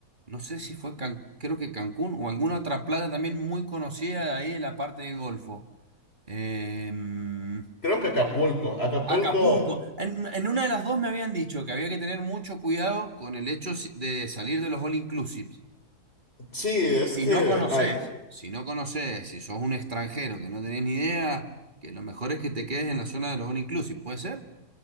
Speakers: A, on the right; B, on the left.
A: No sé si fue Can- creo que Cancún o alguna otra playa también muy conocida de ahí de la parte del Golfo. Em,
B: Creo que Acapulco. Acapulco.
A: Acapulco. En, en una de las dos me habían dicho que había que tener mucho cuidado con el hecho si- de salir de los all inclusives.
B: Sí, es
A: Si
B: que
A: no conoces,
B: hay.
A: si no conoces, si sos un extranjero que no tenés ni idea, que lo mejor es que te quedes en la zona de los all inclusive, ¿puede ser?